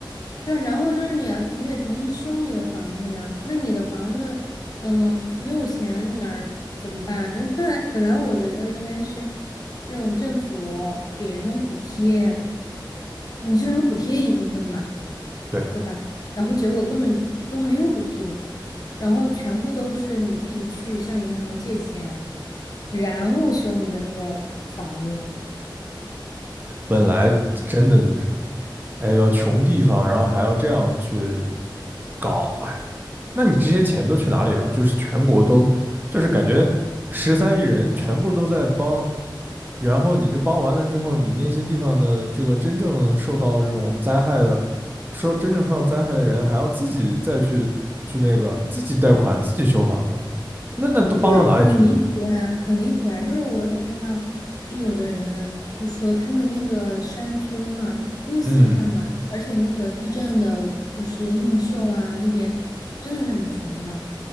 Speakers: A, on the left; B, on the right.
A: 对啊，然后就是你要你得重新修你的房子呀，那你的房子嗯、呃没有钱你哪儿怎么办？人本来本来我觉得应该是那种政府给那种补贴。你至少补贴一部分吧，
B: 对，
A: 对吧？然后结果根本都没有补贴，然后全部都是你自己去向银行借钱，然后修你的那个房子，
B: 本来真的就是，哎呦，要穷地方，然后还要这样去搞，哎，那你这些钱都去哪里了？就是全国都，就是感觉十三亿人全部都在帮，然后你这帮完了之后，你那些地方的这个真正受到这种灾害的，说真正受到灾害的人，还要自己再去去那个自己贷款，自己修房子，那那都帮到哪里去了？
A: 就是很离谱啊，很离谱啊！就是我有看到，就有的人就说他们那个山村嘛，因为四川嘛，
B: 嗯，
A: 而且那个地震的，就是映秀啊那边真的很穷的。